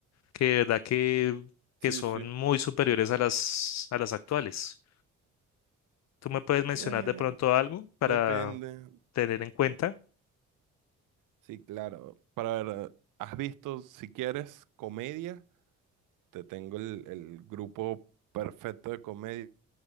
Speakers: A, on the left; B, on the right.
A: que de verdad que,
B: Sí,
A: que son
B: sí.
A: muy superiores a las, a las actuales. ¿Tú me puedes mencionar
B: Eh,
A: de pronto algo para
B: depende.
A: tener en cuenta?
B: Sí, claro. Para ver, ¿has visto, si quieres, comedia? Te tengo el, el grupo perfecto de comedia.